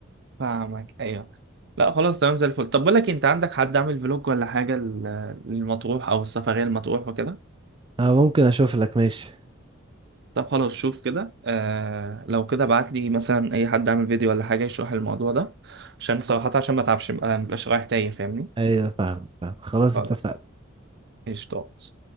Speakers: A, on the right; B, on the right.
A: فاهمك ايوه لا خلاص تمام زي الفل طب بقول لك إيه، انت عندك حد عامل فلوج ولا حاجه لل- للمطروح او السفريه المطروح وكده
B: اه ممكن اشوف لك ماشي
A: طب خلاص شوف كده آه لو كده ابعت لي مثلا اي حد عامل فيديو ولا حاجه يشرح الموضوع ده عشان صراحه عشان ما اتعبش ما ابقاش رايح تايه فاهمني
B: ايوه فاهم فاهم خلاص
A: خلاص
B: اتفقنا
A: قشطات